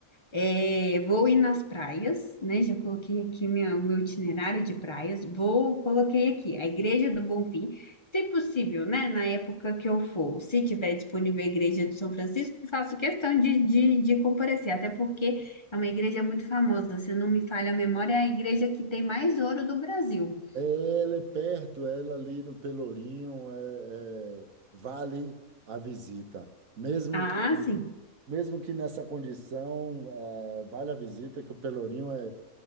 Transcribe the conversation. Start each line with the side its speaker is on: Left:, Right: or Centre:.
Left: É, vou ir nas praias, né? Já coloquei aqui minha, o meu itinerário de praias. Vou, coloquei aqui a Igreja do Bonfim, se possível, né? Na época que eu for, se tiver disponível a Igreja do São Francisco, faço questão de, de, de comparecer, até porque é uma igreja muito famosa. Se não me falha a memória, é a igreja que tem mais ouro do Brasil.
Right: É, Ela é perto, ela é ali no Pelourinho, é, é, vale a visita. Mesmo
Left: Ah,
Right: que,
Left: sim.
Right: mesmo que nessa condição, é, vale a visita, que o Pelourinho é,